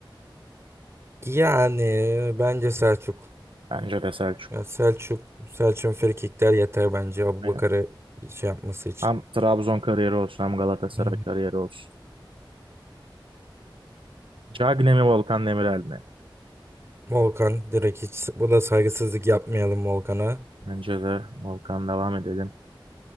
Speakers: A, on the right; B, on the right.
A: Yani bence Selçuk.
B: Bence de Selçuk.
A: Ya Selçuk, Selçuk'un frikikler yeter bence Abubakar'ı
B: Aynen.
A: şey yapması için.
B: Hem Trabzon kariyeri olsun hem Galatasaray
A: Hı hı.
B: kariyeri olsun. Cagne mi Volkan Demirel mi?
A: Volkan direkt hiç bu da saygısızlık yapmayalım Volkan'a.
B: Bence de Volkan devam edelim.